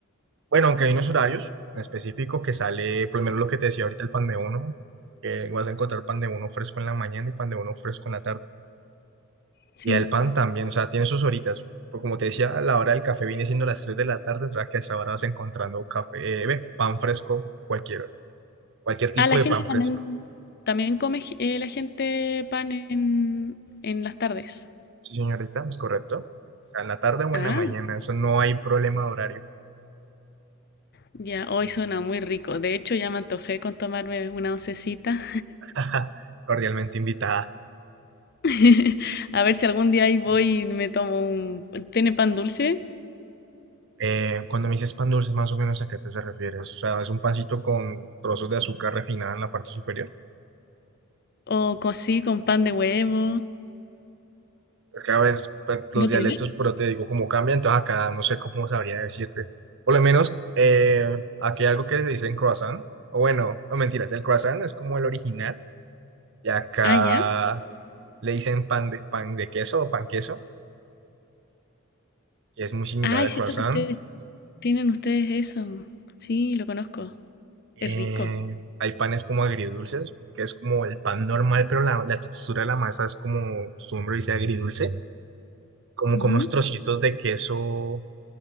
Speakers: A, on the right; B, on the left.
A: Bueno, aunque hay unos horarios en específico que sale, por lo menos lo que te decía ahorita, el pan de uno, que vas a encontrar pan de uno fresco en la mañana y pan de uno fresco en la tarde.
B: Sí.
A: Y el pan también, o sea, tiene sus horitas. Pero como te decía, la hora del café viene siendo las 3 de la tarde, o sea que a esa hora vas encontrando café, eh, ve, pan fresco, cualquier, cualquier tipo
B: Ah, la
A: de
B: gente
A: pan
B: también,
A: fresco.
B: también come eh, la gente pan en, en las tardes.
A: Sí, señorita, es correcto. O sea, en la tarde o
B: Ah,
A: en la mañana, eso no hay problema de horario.
B: ya, hoy suena muy rico. De hecho, ya me antojé con tomarme una oncecita.
A: <laughs> Cordialmente invitada.
B: <laughs> A ver si algún día ahí voy y me tomo un... ¿Tiene pan dulce?
A: Eh, cuando me dices pan dulce, más o menos a qué te se refieres. O sea, es un pancito con trozos de azúcar refinada en la parte superior.
B: ¿O co- así con pan de huevo?
A: Es que a veces pues, los
B: ¿No
A: dialectos,
B: tiene?
A: pero te digo, como cambian, entonces acá no sé cómo sabría decirte. Por lo menos, eh, aquí hay algo que se dice en croissant, o bueno, no mentiras, el croissant es como el original, y acá
B: Ah, ya.
A: le dicen pan de, pan de queso o pan queso, que es muy similar
B: Ah, es
A: al
B: cierto
A: croissant.
B: que ustedes tienen ustedes eso. Sí, lo conozco.
A: Eh,
B: Es rico.
A: hay panes como agridulces, que es como el pan normal, pero la, la textura de la masa es como, su nombre dice agridulce, como
B: Ujú.
A: con unos trocitos de queso